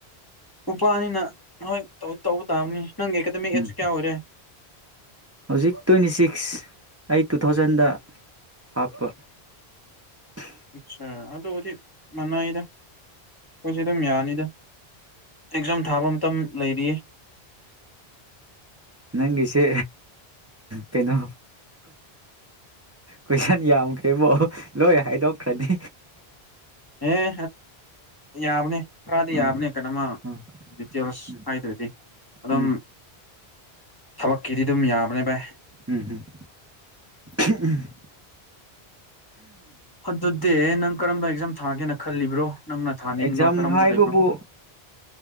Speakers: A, on the left; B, on the right.
A: ꯅꯨꯄꯥꯅꯤꯅ ꯅꯣꯏꯧ ꯇꯧꯕ ꯇꯥꯕꯅꯤ ꯅꯪꯒꯤ ꯑꯦꯀꯥꯗꯃꯤꯛ ꯑꯦꯖꯁ
B: ꯎꯝ
A: ꯀꯌꯥ ꯑꯣꯏꯔꯦ
B: ꯍꯧꯖꯤꯛ ꯇ꯭ꯋꯦꯟꯇꯤ ꯁꯤꯛꯁ ꯑꯩ ꯇꯨ ꯊꯥꯎꯖꯟꯗ ꯍꯥꯞꯄ <unintelligible> <inaudible>
A: ꯑꯆꯥ ꯑꯗꯨꯕꯨꯗꯤ ꯃꯅꯥꯏꯗ ꯑꯩꯈꯣꯏꯁ ꯑꯗꯨꯝ ꯌꯥꯅꯤꯗ ꯑꯦꯛꯖꯥꯝ ꯊꯥꯕ ꯃꯇꯝ ꯂꯩꯔꯤꯌꯦ
B: ꯅꯪꯒꯤꯁꯦ ꯀꯩꯅꯣ ꯀꯣꯏꯁꯟ ꯌꯥꯝꯈ꯭ꯔꯦꯕꯣ ꯂꯣꯏ ꯍꯥꯏꯗꯣꯛ ꯈ꯭ꯔꯗꯤ
A: ꯑꯦ ꯌꯥꯕꯅꯦ ꯈꯔꯗꯤ
B: ꯑ
A: ꯌꯥꯕꯅꯦ ꯀꯩꯅꯃ
B: ꯑ
A: ꯇꯦꯦꯜꯁ
B: ꯎꯝ
A: ꯍꯥꯏꯗꯔꯤꯗꯤ ꯑꯗꯨꯝ
B: ꯎꯝ
A: ꯊꯕꯛꯀꯤꯗꯤ ꯑꯗꯨꯝ ꯌꯥꯕꯅꯦ ꯚꯥꯏ
B: ꯎꯝ ꯎꯝ ꯎꯝ
A: ꯑꯗꯨꯗꯤ ꯅꯪ ꯀꯔꯝꯕ ꯑꯦꯛꯖꯥꯝ ꯊꯥꯒꯦꯅ ꯈꯜꯂꯤꯕ꯭ꯔꯣ ꯅꯪꯅ ꯊꯥꯅꯤꯡꯕ
B: ꯑꯦꯛꯖꯥꯝ
A: ꯀꯔꯝꯕ
B: ꯍꯥꯏꯕꯕꯨ
A: ꯂꯩꯕꯅꯣ